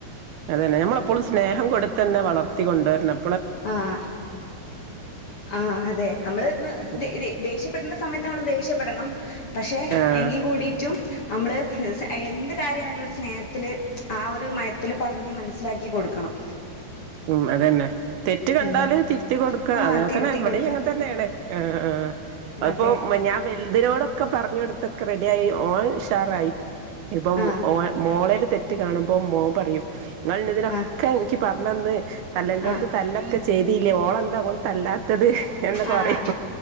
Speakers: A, on the right; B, on the left.
A: അതെന്നെ നമ്മളെപ്പോളും സ്നേഹം കൊട്ത്തെന്നെ വളർത്തി കൊണ്ടോര്ണം
B: ആഹ് ആഹ് അതെ നമ്മള്
A: ഉം
B: ദേ ദേ ദേശ്യം പ്പെടണ്ട സമയത്ത് നമ്മള് ദോശ്യപ്പെടണം പക്ഷെ
A: ആഹ്
B: എങ്കികൂടിറ്റും നമ്മള് സ എന്ത് കാര്യാണെങ്കിലും ഒരു സ്നേഹത്തില് ആ ഒരു മയത്തില് പറഞ്ഞ് മനസ്സിലാക്കി കൊടുക്കണം
A: ഉം അതെന്നെ തെറ്റ് കണ്ടാല്
B: ഉം
A: തിരുത്തി കൊട്ക്ക
B: ആഹ്
A: അങ്ങക്കനെ
B: തിരുത്തി
A: ഇവിടെ
B: കൊടുക്കാം
A: അങ്ങൻത്തെന്നെണ് ആഹ് ആഹ് അത്പ്പൊ
B: അതെ
A: ഞാൻ വെൽതിനോടൊക്കെ പർഞൊട്ത്തൊക്കെ റെഡിയായി ഓൻ ഉഷാറായി ഇപ്പം
B: ആഹ്
A: ഓ മോളേല് തെറ്റ് കാണുമ്പോ മോൻ പറയും ഇങ്ങള് ന്നെ ഇതിനൊക്കെ
B: ആഹ്
A: ഇൻക്ക് പർ മ്മന്ന് തല്ലൻഡിയോട്ത്ത്
B: ആഹ്
A: തല്ലൊക്കെ ചെയ്തില്ലേ ഓളെന്താ ഓളെ തല്ലാത്തത് എന്തൊക്കെ
B: ആഹ്
A: പറയും